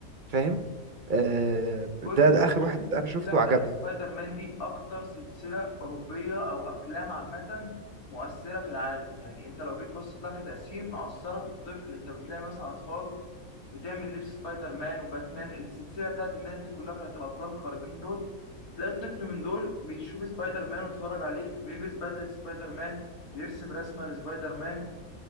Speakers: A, on the right; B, on the left.
A: فاهم آه، ده,
B: بص انا
A: ده آخر
B: بشوف
A: واحد
B: السلسله
A: أنا شفته
B: بتاعت
A: وعجبني
B: سبايدر مان دي اكتر سلسله اوروبيه او افلام عامه مؤثره في العالم يعني انت لو جيت بصيت لها كتاثير مؤثره في الطفل انت بتلاقي مثلا اطفال بتعمل لبس سبايدر مان وباتمان السلسله بتاعت الناس دي كلها كانت الابطال الخارقين دول تلاقي الطفل من دول بيشوف سبايدر مان ويتفرج عليه بيلبس بدلة سبايدر مان بيرسم رسمة لسبايدر مان